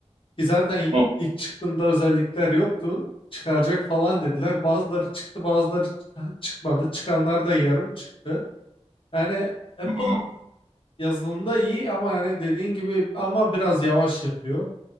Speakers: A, on the left; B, on the right.
A: Ki zaten
B: Hı, hı,
A: ilk çıktığında özellikler yoktu. Çıkaracak falan dediler. Bazıları çıktı, bazıları çı- çıkmadı. Çıkanlar da yarım çıktı. Yani Apple
B: hı.
A: yazılımda iyi ama yani dediğin gibi ama biraz yavaş yapıyor.